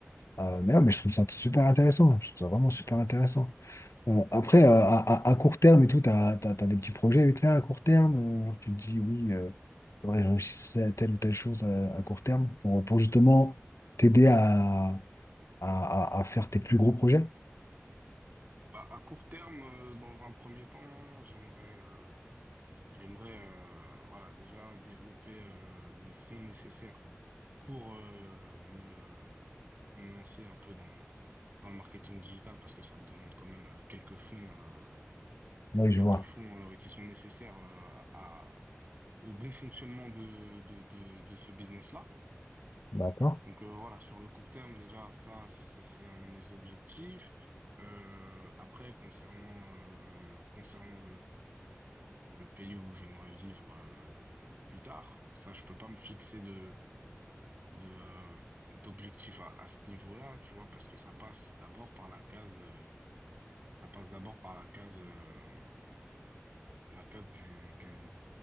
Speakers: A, on the left (about 80°); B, on the right (about 40°).
A: Euh, mais, ouais, mais je trouve ça super intéressant. Je trouve ça vraiment super intéressant. Euh, après, euh, à, à- à court terme et tout, t'as, t'as, t'as des petits projets vite fait à court terme. euh, genre tu te dis, oui, euh, faudrait que je réussisse à telle ou telle chose à, à court terme pour, pour justement t'aider à, à, à- à faire tes plus gros projets.
B: Bah, à court terme, euh, dans un premier temps, j'aimerais, euh, J'aimerais euh, voilà, déjà développer euh, les fonds nécessaires pour, euh, me, pour me lancer un peu dans, dans le marketing digital parce que ça me demande quand même euh, quelques fonds, euh,
A: Oui,
B: quelques
A: je vois.
B: fonds euh, qui sont nécessaires euh, à, au bon fonctionnement de, de, de, de ce business-là.
A: D'accord.
B: Donc euh, voilà, sur le court terme, déjà, ça, ce serait un de mes objectifs. Euh, après, concernant, euh, concernant le pays où j'aimerais vivre euh, plus tard. Ça, je peux pas me fixer de de euh, d'objectif à, à ce niveau-là, tu vois, parce que ça passe d'abord par la case euh, ça passe d'abord par la case euh, la case du du